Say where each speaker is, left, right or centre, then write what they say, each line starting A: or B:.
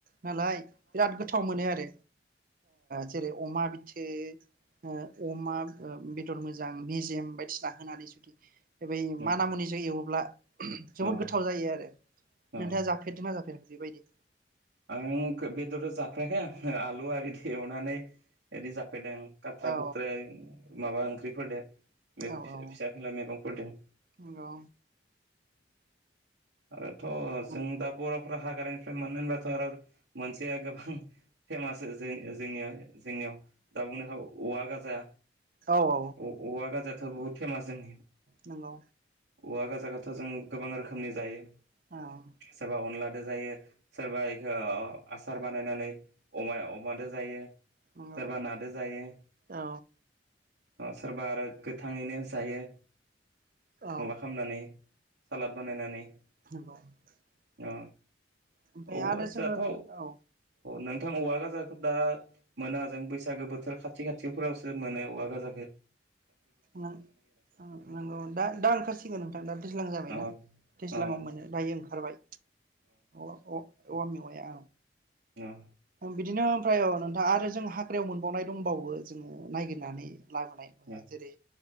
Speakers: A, on the right; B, on the right.
A: नालाय बिराद गोथाव मोनो आरो जेरै अमा बि ए <inaudible> अ अमा बेदर मोजां मेजेम बायदिसिना होनानै जुदि बै
B: औ
A: माना मुनिजों एवोब्ला जोबोद
B: औ
A: गोथाव जायो आरो
B: औ
A: नोंथाङा जाफेरदों मा जाफेराखै? बेबायदि
B: आं खो बेदराव जाफेराखै आं आलु आरि एवनानै बिदि जाफेरदों खात्रा
A: औ
B: खुत्रें माबा ओंख्रिफोरदो
A: औ
B: फिसा
A: औ
B: फिनला मेगंफोरदों।
A: नंगौ
B: आरोथ
A: औ
B: जों दा बरफोरा हाग्रा फ्राय मोननोबाथ आरो मोनसे गोबां फेमास जो जोंनिया जोंनियाव दा बुंनो हाग औवा गाजा
A: औ औ
B: औवा गाजायाथ बहुत फेमास जोंनि
A: नंगौ
B: औवा गाजागाथ जों गोबां रोखोमनि जायो।
A: औ
B: सोरबा अनलादो जायो सोरबा बेखौ ओ आसार बानायनानै अमा अमादो जायो।
A: नंगौ
B: सोरबा नादो जायो।
A: औ
B: सोरबा आरो गोथाङैनो जायो।
A: औ
B: माबा खामनानै सालाद बानायनानै
A: <unintelligible>
B: ओ
A: ओमफ्राय
B: औ
A: आरो
B: आसाथ
A: जोङो
B: अ
A: औ
B: नां गोथां औवा गोाजाखौ दा मोना जों बैसागो बोथोर खाथि खाथिफोरावसो मोनो औवा गाजाखो
A: ना नंगौ दा दा ओंखारसिगोन नोंथां दा दैज्लां जाबायना।
B: अ
A: दैज्लांआव
B: अ
A: मोनो दायो ओंखार- बाय अ अ औ मेवाया
B: औ
A: बिदिनो ओमफ्राय औ नोंथां आरो जों हाग्रायाव मोनबावनाय दंबावो जोंङो नायागिरनानै लाबोनाय
B: अ
A: जेरै